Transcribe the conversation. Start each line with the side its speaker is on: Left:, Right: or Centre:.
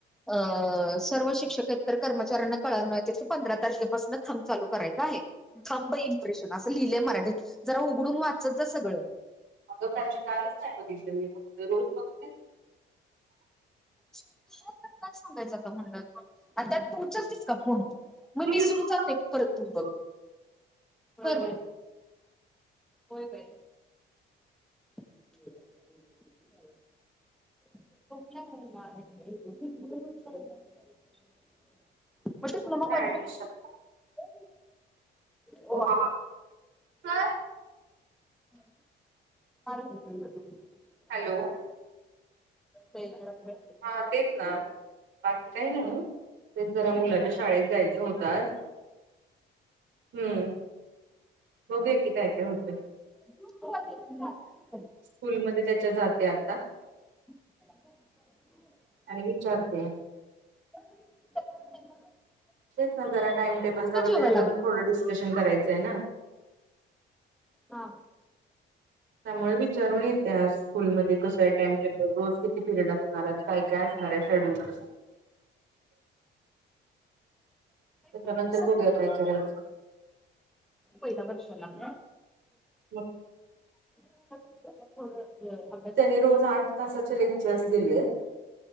Centre: अ सर्व शिक्षकेतर तर कर्मचाऱ्यांना, कळवण्यात येत. पंधरा तारखेपासून थम चालू करायचं आहे. थंब इम्प्रेशन असं लिहिले मराठीत, जरा उघडून वाचत जा सगळं.
Right: अगं प्राची कालच नाही बघितले, मी‌ फक्त रोज बगते.
Centre: तर काय सांगायचं म्हणलं, त्यात तुमचाच नुसता फोन. मग
Right: मी
Centre: विसरू
Right: वीस रुपयात
Centre: जाते परत‌ बघ,
Right: म्हणलं
Centre: तर होय बाई. <unintelligible> <unintelligible> <unintelligible>
Right: ऍडमिशन ओ बाबा सर
Centre: <unintelligible>
Right: हॅलो.
Centre: तेच <unintelligible>
Right: हा तेच ना, बाकी काय नाही ओ, तेच जरा मुलाच्या शाळेत जायचं होत आज. हम्म. बघू या की काय काय होते.
Centre: <unintelligible>
Right: स्कूलमध्ये त्यांच्या जात्यात.
Centre: <unintelligible>
Right: आणि विचारते.
Centre: <unintelligible>
Right: तेच ना, जरा टाइमटेबलच वगैरे
Centre: जेवाय
Right: पण थोडं डिस्कशन करायचंय ना.
Centre: हा.
Right: त्यामुळे विचारून येते आज, स्कूलमध्ये कसाय टाईमटेबल. रोज किती पिरियड असणार काय काय असणार आहे शेड्यूल.... त्यांच्या
Centre: भेटत
Right: नंतर बघूया काय करायचं...
Centre: पहिला वर्षाला...
Right: मग
Centre: <unintelligible>
Right: त्यांनी रोज आठ तासाचे लेक्चर्स दिले आहेत....